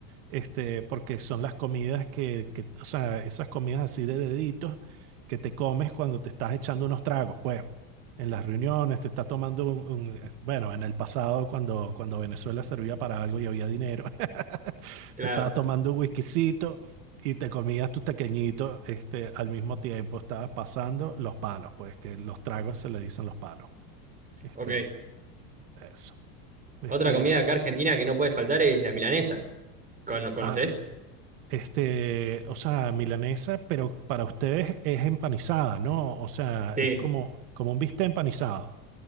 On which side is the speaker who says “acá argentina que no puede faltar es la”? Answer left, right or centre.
Right